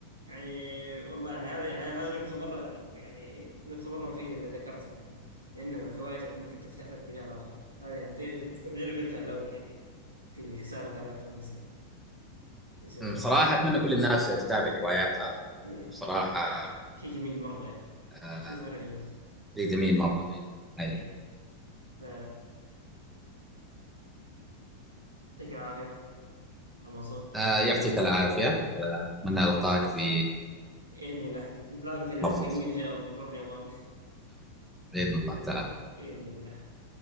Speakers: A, on the right (about 80°); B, in the centre.
A: يعني والله يعني هذه يعني هذه نقطة مرة يعني يعني نقطة مرة مفيدة اللي ذكرتها يعني إنه هوايتك ممكن تفتح لك مجال آخر هذه يعني دي- دي اللي قلتها الأول يعني في حسابك هذاك في الانستا اللي سويته
B: أمم، صراحه اتمنى كل الناس تتابع هواياتها
A: إيه
B: صراحه
A: شيء جميل مرة يا أخي
B: آه،
A: شيء مرة جميل
B: شيء جميل مره حلو
A: إيه ف يعطيك العافية يا منصور
B: آه، يعطيك العافيه آه، اتمنى
A: أنا
B: القاك
A: قصرت
B: في
A: بإذن الله نتلاقى في الحقيقة
B: فرصه
A: إن شاء الله نروح اليابان
B: باذن الله تعالى
A: بإذن الله